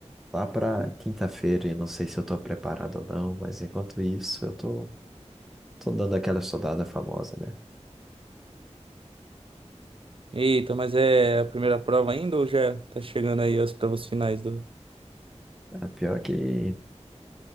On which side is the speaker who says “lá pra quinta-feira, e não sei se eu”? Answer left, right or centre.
Centre